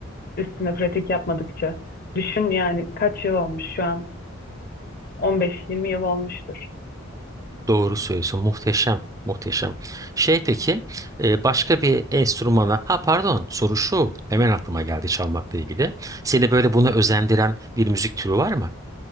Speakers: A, on the left (about 45°); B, on the right (about 15°).
A: Üstüne pratik yapmadıkça. Düşün yani kaç yıl olmuş şu an? 15-20 yıl olmuştur.
B: Doğru söylüyorsun. Muhteşem, muhteşem. Şey peki, e, başka bir enstrümana, ha pardon, soru şu. Hemen aklıma geldi çalmakla ilgili. Seni böyle buna özendiren bir müzik türü var mı?